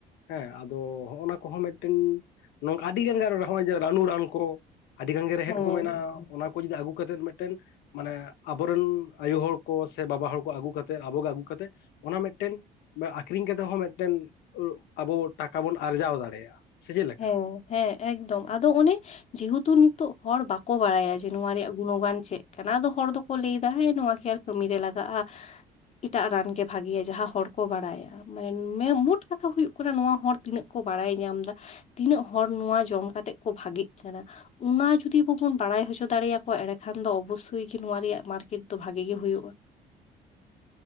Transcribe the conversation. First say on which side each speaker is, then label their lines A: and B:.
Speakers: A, on the left; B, on the left.
A: ᱦᱮᱸ ᱟᱫᱚ ᱦᱚᱸᱜ-ᱚ ᱱᱟ ᱠᱚ ᱦᱚᱸ ᱢᱤᱫᱴᱮᱱ ᱱᱚᱝᱠᱟ ᱟᱰᱤ ᱜᱟᱱ ᱜᱟᱱ ᱦᱚᱸᱜ-ᱚᱭ ᱡᱮ ᱨᱟᱱᱩ ᱨᱟᱱ ᱠᱚᱼᱼ ᱟᱰᱤ ᱜᱟᱱ ᱜᱮ ᱨᱮᱦᱮᱫ
B: ᱦᱮᱸ
A: ᱠᱚ ᱢᱮᱱᱟᱜ-ᱟ ᱚᱱᱟ ᱠᱚ ᱡᱩᱫᱤ ᱟᱜᱩ ᱠᱟᱛᱮᱫ ᱢᱮᱫᱴᱮᱱᱼᱼ ᱢᱟᱱᱮ ᱟᱵᱚ ᱨᱮᱱ ᱟᱭᱚ ᱦᱚᱲ ᱠᱚ ᱥᱮ ᱵᱟᱵᱟ ᱦᱚᱲ ᱠᱚ ᱟᱜᱩ ᱠᱟᱛᱮᱫ ᱟᱵᱩ ᱜᱮ ᱟᱜᱩ ᱠᱟᱛᱮᱜᱼᱼ ᱚᱱᱟ ᱢᱮᱫᱴᱮᱱ ᱵᱟ ᱟᱠᱷᱨᱤᱧ ᱠᱟᱛᱮᱜ ᱦᱚᱸ ᱢᱮᱫᱴᱮᱱ ᱩᱸᱜ ᱟᱵᱚ ᱴᱟᱠᱟ ᱵᱚᱱ ᱟᱨᱡᱟᱣ ᱫᱟᱲᱮᱭᱟᱜ-ᱟ᱾ ᱥᱮ ᱪᱮᱜ ᱞᱮᱠᱟ?
B: ᱦᱮᱸ ᱦᱮᱸ ᱮᱠᱫᱚᱢ ᱟᱫᱚ ᱚᱱᱮ ᱡᱮ ᱦᱮᱛᱩ ᱱᱤᱛᱚᱜ ᱦᱚᱲ ᱵᱟᱠᱚ ᱵᱟᱲᱟᱭᱟ ᱡᱮ ᱱᱚᱶᱟ ᱨᱮᱭᱟᱜ ᱜᱩᱱᱚ ᱜᱟᱱ ᱪᱮᱜ ᱠᱟᱱᱟ ᱟᱫᱚ ᱦᱚᱲ ᱫᱚᱠᱚ ᱞᱟᱹᱭ ᱫᱟ ᱦᱮᱸ ᱱᱚᱶᱟ ᱠᱮ ᱟᱨ ᱠᱟᱹᱢᱤ ᱨᱮ ᱞᱟᱜᱟᱜ-ᱟ? ᱤᱴᱟᱜ ᱨᱟᱱ ᱜᱮ ᱵᱷᱟᱜᱤᱭᱟ ᱡᱟᱦᱟᱸ ᱦᱚᱲ ᱠᱚ ᱵᱟᱲᱟᱭᱟ᱾ ᱢᱟᱱ ᱢᱮ ᱢᱩᱴ ᱠᱟᱛᱷᱟ ᱦᱩᱭᱩᱜ ᱠᱟᱱᱟ ᱱᱚᱣᱟ ᱦᱚᱲ ᱛᱤᱱᱟᱹᱜ ᱠᱚ ᱵᱟᱲᱟᱭ ᱧᱟᱢ ᱫᱟ? ᱛᱤᱱᱟᱹᱜ ᱦᱚᱲ ᱱᱩᱶᱟ ᱡᱚᱢ ᱠᱟᱛᱮᱜ ᱠᱚ ᱵᱷᱟᱜᱤᱜ ᱠᱟᱱᱟ? ᱩᱱᱟ ᱡᱩᱫᱤ ᱵᱚᱵᱚᱱ ᱵᱟᱲᱟᱭ ᱦᱚᱪᱚ ᱫᱟᱲᱮ ᱭᱟᱠᱚᱣᱟ ᱮᱲᱮ ᱠᱷᱟᱱ ᱫᱚ ᱚᱵᱚᱥᱥᱳᱭ ᱜᱮ ᱱᱚᱣᱟ ᱨᱮᱭᱟᱜ ᱢᱟᱨᱠᱮᱴ ᱫᱚ ᱵᱷᱟᱜᱤ ᱜᱤ ᱦᱩᱭᱩᱜ-ᱟ᱾